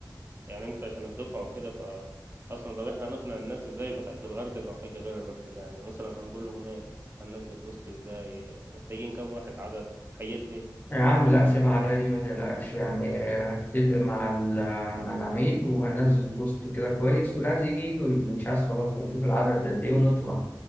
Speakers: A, on the right; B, on the left.
A: يعني أنت عشان الدفعة وكده ف أصلا طب احنا هنقنع الناس ازاي بح- بالغردقة أو حاجة غير الغردقة يعني مثلا هنقول لهم ايه هننزل بوست ازاي محتاجين كام واحد عدد الحاجات دي
B: يا عم لا سيب على دي ما تقلقش يعني آه، هتفق مع ال- مع العميد وهنزل بوست كده كويس واللي عايز يجي يجي واللي مش عايز خلاص ونشوف العدد قد ايه ونطلع